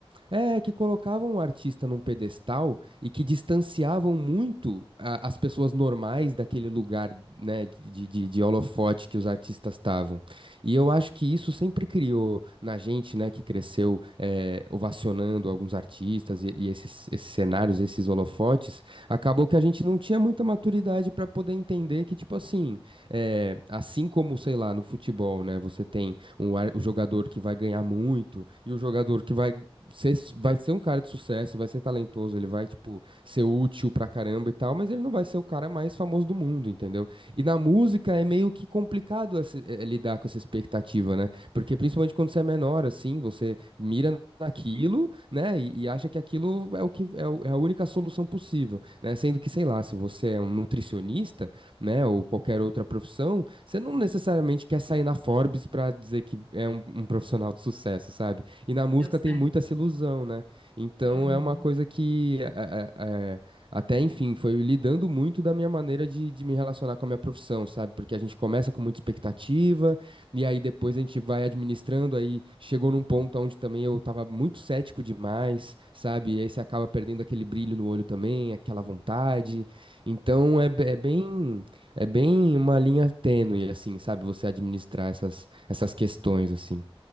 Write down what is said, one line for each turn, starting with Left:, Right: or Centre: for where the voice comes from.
Right: é, que colocavam o artista num pedestal e que distanciavam muito a- as pessoas normais daquele lugar, né, de, de, de holofote que os artistas estavam. E eu acho que isso sempre criou na gente, né, que cresceu eh, ovacionando alguns artistas e, e esses, esses cenários, esses holofotes, acabou que a gente não tinha muita maturidade para poder entender que, tipo assim, eh, assim como, sei lá, no futebol, né, você tem um ar- o jogador que vai ganhar muito e o jogador que vai ser- vai ser um cara de sucesso, vai ser talentoso, ele vai, tipo, ser útil pra caramba e tal, mas ele não vai ser o cara mais famoso do mundo, entendeu? E na música é meio que complicado essa- é- é lidar com essa expectativa, né? Porque principalmente quando você é menor, assim, você mira naquilo, né? E, e acha que aquilo é o que é, o- é a única solução possível, né? Sendo que, sei lá, se você é um nutricionista, né, ou qualquer outra profissão, você não necessariamente quer sair na Forbes pra dizer que é um um profissional de sucesso, sabe? E na música
Left: Deu certo.
Right: tem muito essa ilusão, né? Então
Left: Uhum.
Right: é uma coisa que é, é, é, até, enfim, foi lidando muito da minha maneira de, de me relacionar com a minha profissão, sabe? Porque a gente começa com muita expectativa, e aí depois a gente vai administrando, aí chegou num ponto onde também eu tava muito cético demais, sabe? E aí você acaba perdendo aquele brilho no olho também, aquela vontade. Então é, be- é bem, é bem uma linha tênue, assim, sabe? Você administrar essas, essas questões, assim.